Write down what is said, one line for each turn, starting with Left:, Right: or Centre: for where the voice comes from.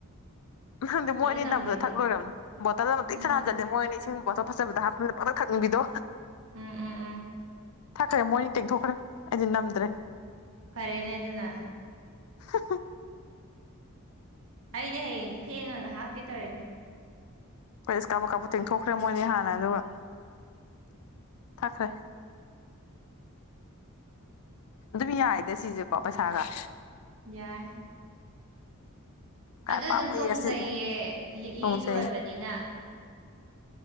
Left: ꯝꯗꯤ ꯃꯣꯏꯅ
Right: ꯑꯗꯨ ꯅꯝꯕꯒꯤ
Left: ꯅꯝꯕꯗ ꯊꯛ ꯂꯣꯏꯔꯕꯅꯤ ꯇꯣꯜꯗ ꯑꯃ ꯃꯇꯛꯅ
Right: ꯎꯝ
Left: ꯍꯟꯜꯂ ꯃꯣꯏꯅꯤ ꯏꯁꯤꯡ ꯕꯣꯇꯜ ꯐꯖꯕꯗ ꯍꯥꯞꯄ ꯅꯣꯏꯅ ꯄꯇꯛ ꯊꯛꯅꯤꯡꯕꯤꯗꯣ
Right: ꯎꯝ ꯎꯝ ꯎꯝ
Left: ꯊꯛꯈ꯭ꯔꯦ ꯃꯣꯏꯅꯤ ꯇꯦꯡꯊꯣꯛꯈ꯭ꯔꯦ ꯑꯗꯨ ꯅꯝꯗ꯭ꯔꯦ
Right: ꯐꯔꯦꯅꯦ ꯑꯗꯨꯅ
Left: <unintelligible>
Right: ꯑꯩꯗꯤ ꯍꯌꯦꯡ ꯐꯦꯡꯉꯒ ꯍꯥꯞꯀꯦ ꯇꯧꯔꯤꯅꯦ
Left: ꯑꯩꯈꯣꯏ ꯏꯁ ꯀꯥꯞꯕ ꯀꯥꯞꯄ ꯇꯦꯡꯊꯣꯛꯈ꯭ꯔꯦ ꯃꯣꯏꯅꯤ ꯍꯥꯟꯅ ꯑꯗꯨꯒ ꯊꯛꯈ꯭ꯔꯦ ꯑꯗꯨꯝ ꯌꯥꯏꯗ ꯁꯤꯁꯦꯀꯣ ꯄꯩꯁꯥꯒ
Right: ꯌꯥꯏ
Left: ꯀꯥꯏ
Right: ꯑꯗꯨ
Left: ꯄꯥꯝꯃꯨꯏꯌꯦ
Right: ꯑꯗꯨꯝ ꯇꯣꯡꯖꯩꯌꯦ
Left: ꯑꯁꯤ
Right: ꯂꯤꯛꯂꯤꯁꯨ
Left: ꯇꯣꯡꯖꯩ
Right: ꯑꯣꯏꯕꯅꯤꯅ